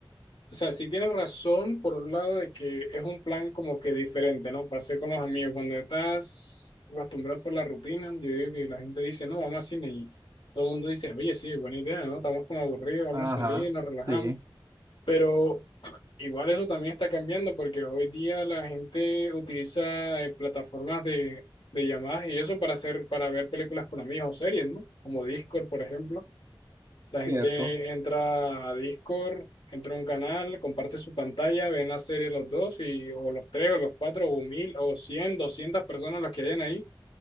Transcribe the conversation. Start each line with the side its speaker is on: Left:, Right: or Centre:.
Left: O sea, sí tienes razón por un lado de que es un plan como que diferente, ¿no? Para hacer con los amigos. Cuando estás acostumbrado por la rutina, yo digo que la gente dice, no, vamos al cine y todo el mundo dice, oye, sí, buena idea, ¿no? Estamos como aburridos, vamos
Right: Ajá,
Left: a salir, nos relajamos.
Right: sí,
Left: Pero <clears throat> igual eso también está cambiando porque hoy día la gente utiliza eh, plataformas de, de llamadas y eso para hacer, para ver películas con amigos o series, ¿no? Como Discord, por ejemplo la gente
Right: cierto.
Left: entra a Discord, entra a un canal, comparte su pantalla, ven la serie los dos, y, o los tres, o los cuatro, o mil, o cien, doscientas personas los que hayan ahí,